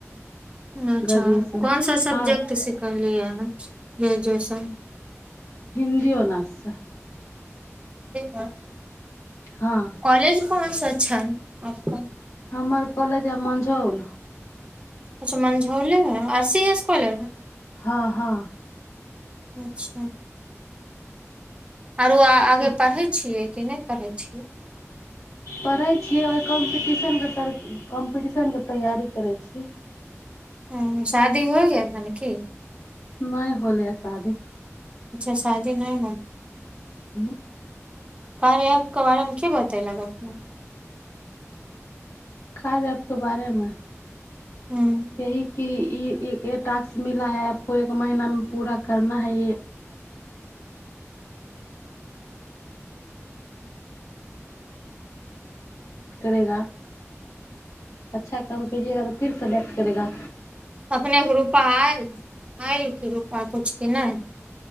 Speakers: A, on the right; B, on the left.
A: अच्छा
B: ग्रेजुएशन
A: कोन सा सब्जेक्ट
B: अहाँ
A: सिखल ल लियै म ग्रेजुएशन
B: हिन्दी ओनर्स
A: ह
B: हँ
A: कॉलेज कोन स छन आजप
B: हमर कॉलेज आ मझौल
A: अच्छा मंझौ लेव है आर सी एस कॉलेज है
B: हँ हँ
A: अच्छा आरो आगे
B: तऽ
A: पढ़े छियै के नहि पढ़ै छियै
B: पढ़ै छियै ओहि कम्पीटिशनके तर कम्पीटिशनके तैयारी करै छीियै
A: ह शादी हो गेल मन की
B: नहि होलैय शादी
A: अच्छा शादी नहि हो
B: ह
A: कार्यऻ क बारेमे क बता लाग अपने
B: क रहपके बारेमे
A: हँ
B: यी क ई ट्स मिला है आपको एक एक महीनामे पूरा करना है य <unintelligible> अच्छा काम केगा त फर सल करा
A: अपनेके रुपा आयल- आयल क रुपा किछु कि नहि।